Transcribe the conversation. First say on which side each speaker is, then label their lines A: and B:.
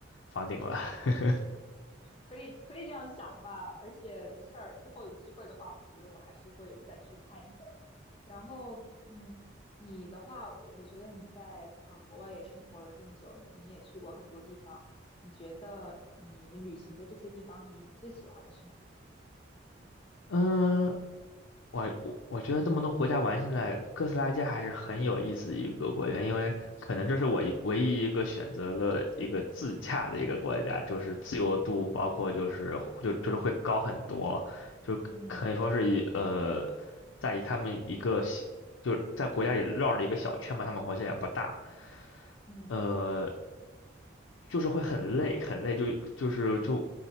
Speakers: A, on the left; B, on the left.
A: 房顶了。<laughs>
B: 可以可以这样想吧，而且没事儿，之后有机会的话，我觉得我还是会再去看一的。然后，嗯，你的话，我觉得你在呃国外也生活了这么久，你肯定也去过很多地方，你觉得你旅行的这些地方，你最喜欢的是哪里？
A: 嗯，我我我觉得这么多国家玩下来，哥斯拉街还是很有意思的一个国家，因为可能这是我一唯一一个选择了一个自驾的一个国家，就是自由度包括就是就就是会高很多，就可以说是一呃，
B: 嗯
A: 在于他们一个小就是在国家里绕了一个小圈嘛，他们国家也不大，
B: 嗯
A: 呃，就是会很累很累，就就是就